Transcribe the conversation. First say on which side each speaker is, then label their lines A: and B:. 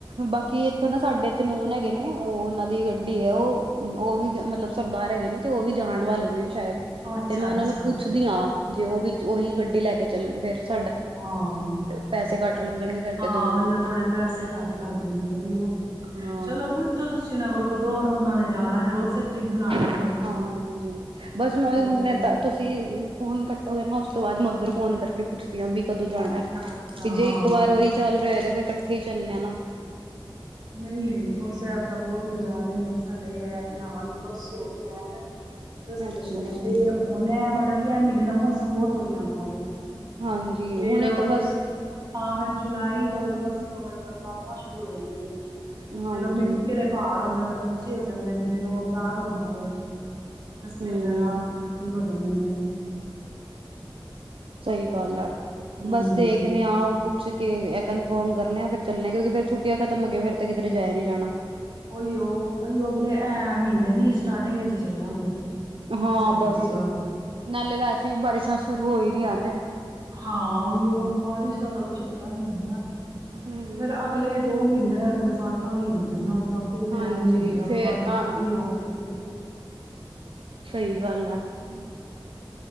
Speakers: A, on the right; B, on the right.
A: ਬਾਕੀ ਇੱਥੇ ਨਾ ਸਾਡੇ ਤੇ ਨੂਨ ਹੈਗੇ ਨੇ ਉਹ ਉਹਨਾਂ ਦੀ ਗੱਡੀ ਹੈ ਉਹ ਉਹ ਵੀ ਮਤਲਬ ਸਰਦਾਰ ਹੈਗੇ ਨੇ ਤੇ ਉਹ ਵੀ ਜਾਣ ਵਾਲੇ ਨੇ ਸ਼ਾਇਦ
B: ਅੱਛਾ
A: ਤੇ ਮੈਂ
B: ਅੱਛਾ
A: ਉਹਨਾਂ ਨੂੰ ਪੁੱਛਦੀ ਹਾਂ ਜੇ ਉਹ ਵੀ ਉਹੀ ਗੱਡੀ ਲੈ ਕੇ <unintelligible>
B: ਹਾਂ
A: ਪੈਸੇ ਘੱਟ ਲੱਗਣਗੇ ਸਾਡੇ
B: ਹਾਂ
A: ਦੋਨਾਂ
B: ਉਹੀਓ
A: ਦੇ
B: ਥਹਾਡੇ ਪੈਸੇ ਘੱਟ ਲੱਗ ਜਾਣਗੇ ਉਹੀਓ
A: ਹਾਂ
B: ਚਲੋ ਪੁੱਛੋ ਤੁਸੀਂ ਉਹਨਾਂ ਕੋਲ ਕਦੋਂ ਉਹਨ ਉਹਨਾ ਨੇ ਜਾਣਾ ਫੇਿਰ ਉਸੇ ਤਰੀਕ ਬਣਾ
A: ਹਾਂ
B: ਲਾਂਗੇ ਅਸੀਂ
A: ਹਾਂਜੀ ਬਸ ਮ
B: ਪ੍ਰੋਗਰਾਮ
A: ਹੀ ਹੁੇ ਤਾਂ ਤੁਸੀਂ ਖੂਨ ਕੱਟੋਗੇ ਨਾ ਉਸ ਤੋਂ ਬਾਅਦ ਮਧ ਫੋਨ ਕਰਕੇ ਪੁੱਛ ਵੀ ਕਦੋਂ ਜਾਣਾ
B: ਅੱਛਾ ਅੱਛਾ
A: ਕਿ ਜੇ
B: ਹਾਂ
A: ਇੱਕ ਵਾਰ ਉਹੀ ਚੱਲ ਰਿਹਾ ਤੇ ਫੇਰ ਇਕੱਠੇ ਹੀ ਚੱਲਣੇ ਆ ਨਾ
B: ਨਹੀਂ ਹੇਮਕੁੰਟ ਸਾਹਿਬ ਤਾਂ ਬਹੁਤ ਨਜ਼ ਰਹੇ ਨੇ ਸਾਡੇ ਹੈ ਨਾਲ ਪੜੋਸੀਓ <unintelligible> ਦੱਸਦੇ
A: ਅੱਛਾ
B: ਵੀ ਨੀ ਕਹਿੰਦੇ
A: ਅੱਛਾ।
B: ਉਹਨੇ ਮਤਲਬ ਕਿ ਇਹ ਮਹੀਨੇ ਦਾ ਮੌਸਮ ਬਹੁਤ ਵਧੀਆ ਆਉਂਦਾ ਵਵੇ
A: ਹਾਂਜੀ
B: ਫੇਰ
A: ਹੁਣੇ
B: ਅਗਲੇ
A: ਤਾਂ ਬਸ
B: ਹ ਫਿਰ ਜੁਲਾਈ ਤੋਂ ਅਗਸਤ ਤੋਂ ਫ਼ਿਰ ਬਰਸਾਤਾਂ ਸ਼ੁਰੂ ਹੋ ਜਾਂਦੀਆਂ ਨੇ
A: ਹਾਂਜੀ
B: ਫੇਰ ਉਹ ਮਿੱਟੀ ਵਾਲੇ ਪਹਾੜ ਆਉਂਦੇ ਨੇ ਕੱਚੇ ਹੋ ਜਾਂਦੇ ਨੇ ਫੇਿਰ ਉਹ ਡਰ ਹੁੰਦਾ ਵੇ ਰਸਤੇ
A: ਹੂੰ
B: ਵਗੈਰਾ ਬੰਦ ਹੋ ਜਾਂਦੇ ਨੇ ਫੇਿਰ ਉਹ
A: ਸਹੀ ਗੱਲ ਆ
B: ਹੂੰ
A: ਬਸ ਦੇਖਣੇ ਆ ਪੁੱਛ ਕੇ ਇਹ ਕਨਫਰਮ ਕਰਨਾ ਇਹ ਫੇਰ ਚੱਲੇ ਕਿਉਂਕ ਫਿਰ ਛੁੱਟੀਆਂ ਖਤਮ ਹੋ ਗਆਂ ਫਿਰ ਤਾ ਕਿਧਰ ਜਾਇਆ ਨੀ ਜਾਣਾ
B: ਉਹੀ ਉਹ ਅਓ ਅਗਲੇ ਐ ਮਹੀਨੇ ਦੀ ਸਟਾਰਟਿੰਗ ਵਿੱਚ ਹੀ ਚੱਲਾਂਗੇ ਉਹ
A: ਹਾਂ
B: ਸਹੀ
A: ਬਸ
B: ਰਹੇਗਾ ਨ
A: ਨਾਲੇ ਵੈਸੇ ਵੀ ਬਾਰਿਸ਼ਾਂ ਸ਼ੁਰੂ ਹੋ ਹੀ ਰਹੀਆਂ ਨੇ।
B: ਹਾਂ ਉਹੀ ਉਹ ਬਾਰਿਸ਼ ਦਾ ਤਾਂ ਕੁਛ ਪਤਾ ਨੀ ਹੁੰਦਾ
A: ਹੂੰ।
B: ਉਹ ਫੇਰ ਅਗਲੇ ਦੋ ਮਹੀਨੇਦਾਰ ਬਰਸਾਤਾਂ ਦੇ ਹੀ ਹੁੰਦੇ ਨੇ ਨਾ ਤਾਂ ਕੋਈ
A: ਹਾਂਜੀ
B: ਟਾਈਮ ਨੀ ਆਉਂਦਾ
A: ਫੇਰ
B: ਬਾਰਿਸ਼
A: ਤਾਂ
B: ਕਦੋਂ ਵੀ ਆ ਸਕਦੇ ਆ
A: ਸਹੀ ਗੱਲ ਐ।
B: <unintelligible>